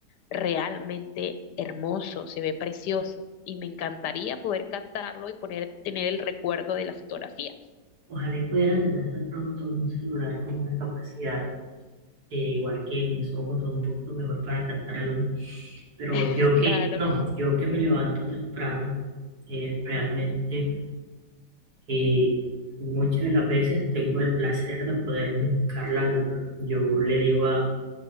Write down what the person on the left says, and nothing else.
realmente hermoso, se ve precioso y me encantaría poder captarlo y poner, tener el recuerdo de las fotografías.
<laughs>
Claro,